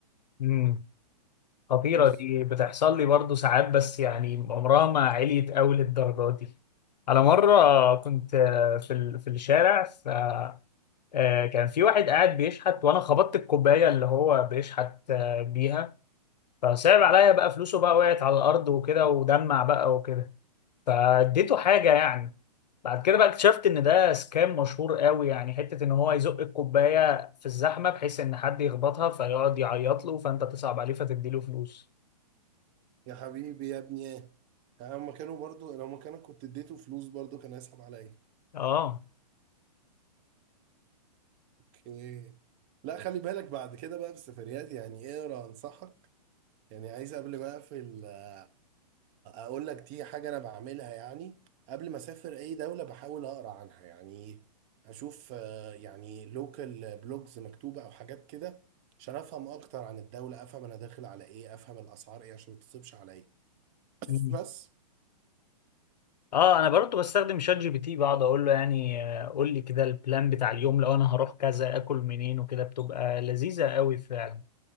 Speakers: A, on the left (about 80°); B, on the right (about 20°).
A: امم خطيره
B: بس
A: دي بتحصل لي برضو ساعات بس يعني عمرها ما عليت قوي للدرجه دي على مره كنت آه، في ال- في الشارع ف آه، كان في واحد قاعد بيشحت وانا خبطت الكوبايه اللي هو بيشحت آه، بيها فصعب عليا بقى فلوسه بقى وقعت على الارض وكده ودمع بقى وكده فاديته حاجة يعني بعد كده بقى اكتشفت ان ده سكام مشهور قوي يعني حتة ان هو يزق الكوباية في الزحمة بحيث ان حد يخبطها فيقعد يعيط له فانت تصعب عليه فتديله فلوس
B: يا حبيبي يا ابني يا هما كانوا برضو لو مكانك كنت اديته فلوس برضو كان هيسحب عليا
A: اه
B: اوكي لا خلي بالك بعد كده بقى في السفريات يعني اقرا انصحك يعني عايز قبل ما اقفل آه، اقول لك دي حاجه انا بعملها يعني قبل ما اسافر اي دوله بحاول اقرا عنها يعني اشوف آه، يعني لوكال بلوجز مكتوبه او حاجات كده عشان افهم اكتر عن الدوله افهم انا داخل على ايه افهم الاسعار ايه عشان ما تصيبش عليا
A: مم.
B: بس
A: اه انا برضه بستخدم شات جي بي تي بقعد اقول له يعني آه، قول لي كده البلان بتاع اليوم لو انا هروح كذا اكل منين وكده بتبقى لذيذة قوي فعلا